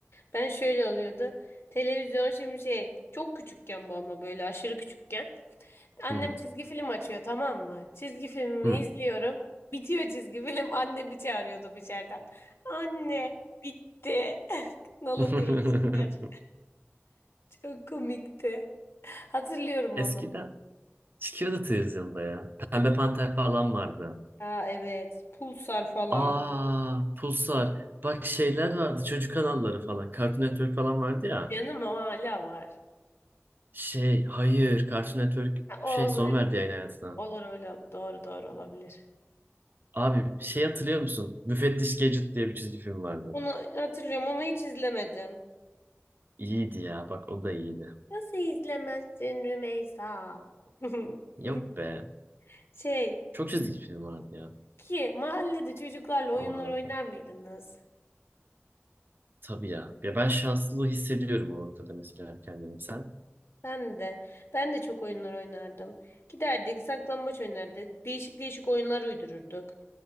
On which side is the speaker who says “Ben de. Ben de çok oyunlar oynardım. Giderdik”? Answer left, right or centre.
Left